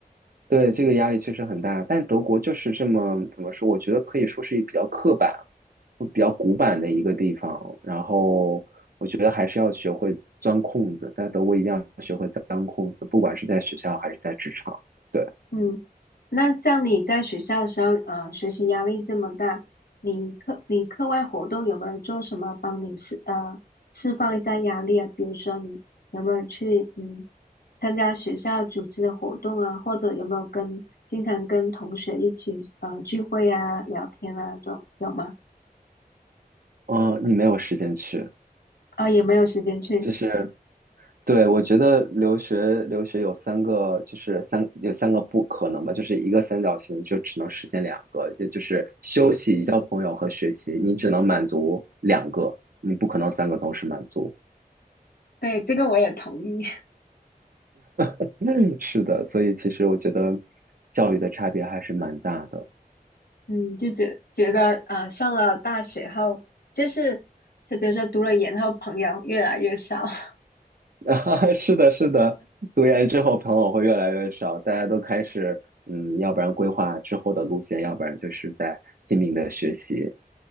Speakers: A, on the right; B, on the left.
A: 对，这个压力确实很大，但德国就是这么怎么说？我觉得可以说是比较刻板、比较古板的一个地方。然后我觉得还是要学会钻空子，在德国一定要学会钻空子，不管是在学校还是在职场。对，
B: 嗯，那像你在学校的时候，呃，学习压力这么大，你课你课外活动有没有做什么帮你释呃释放一下压力啊？比如说你有没有去嗯参加学校组织的活动啊，或者有没有跟经常跟同学一起呃聚会啊、聊天啊这种有吗？
A: 嗯，你没有时间去，
B: 啊，也没有时间去，
A: 就是。对，我觉得留学留学有三个，就是三有三个不可能吧，就是一个三角形就只能实现两个，也就是休息、交朋友和学习，你只能满足两个，你不可能三个同时满足。
B: 对，这个我也同意。<laughs>
A: <laughs> 是的，所以其实我觉得教育的差别还是蛮大的。
B: 嗯，就觉觉得呃上了大学后，就是就比如说读了研后，朋友越来越少。<laughs>
A: <laughs> 是的，是的，读研之后朋友会越来越少，大家都开始嗯，要不然规划之后的路线，要不然就是在拼命的学习。